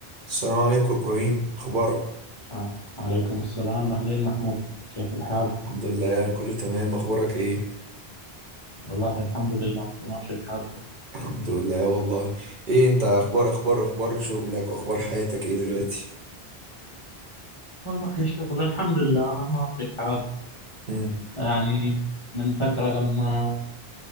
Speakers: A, on the right; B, on the left.
A: السلام عليكم ابراهيم اخبارك
B: آه. عليكم السلام أهلين محمود كيف الحال؟
A: الحمد لله انا كله تمام اخبارك ايه
B: والله الحمد لله ماشي الحال
A: الحمد لله والله ايه انت اخبار اخبار اخبار شغلك واخبار حياتك ايه دلوقتي
B: والله الشغل الحمد لله ماشي الحال
A: امم
B: يعني من فترة لما